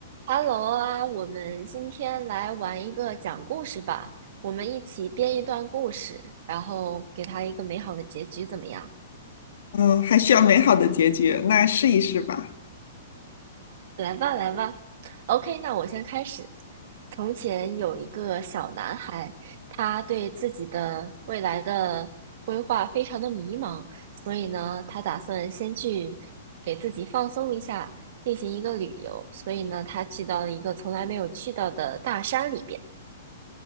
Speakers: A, on the right; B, on the left.
A: Hello 啊，我们今天来玩一个讲故事吧。我们一起编一段故事，然后给它一个美好的结局，怎么样？
B: 嗯，还需要美好的结局，那试一试吧。
A: 来吧，来吧。OK，那我先开始。从前有一个小男孩，他对自己的未来的规划非常的迷茫，所以呢，他打算先去给自己放松一下，进行一个旅游。所以呢，他去到了一个从来没有去到的大山里边。